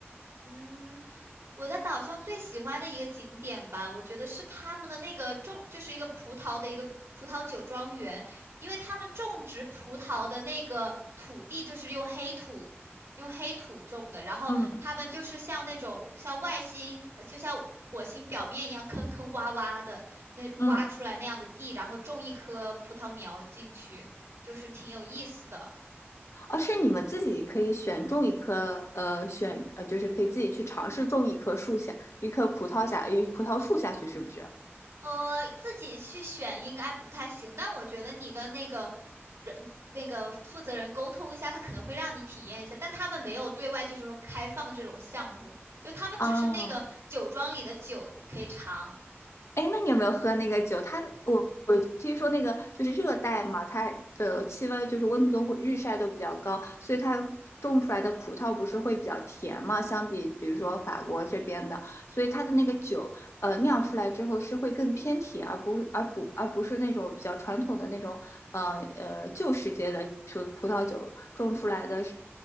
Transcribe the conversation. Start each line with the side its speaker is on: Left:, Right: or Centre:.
Right: 嗯，我在岛上最喜欢的一个景点吧，我觉得是他们的那个种，就是一个葡萄的一个葡萄酒庄园，因为他们种植葡萄的那个土地就是用黑土，用黑土种的，然后他们就是像那种像外星，
Left: 嗯
Right: 呃就像火星表面一样坑坑洼洼的那挖出来那样的地，
Left: 嗯，
Right: 然后种一棵葡萄苗进去，就是挺有意思的。
Left: 啊，是你们自己可以选种一棵，呃，选呃，就是可以自己去尝试种一棵树下，一棵葡萄下，一葡萄树下去，是不是？
Right: 呃，自己去选应该不太行，但我觉得你跟那个人、那个负责人沟通一下，他可能会让你体验一下，但他们没有对外就是说开放这种项目，就他们只是那个酒庄里的酒你可以尝，
Left: 啊，哎，诶那你有没有喝那个酒？它我我听说那个就是热带嘛，它的气温就是温度都会日晒都比较高，所以它种出来的葡萄不是会比较甜嘛？相比比如说法国这边的，所以它的那个酒，呃，酿出来之后是会更偏甜，而不而不而不是那种比较传统的那种，呃呃旧世界的葡葡萄酒种出来的是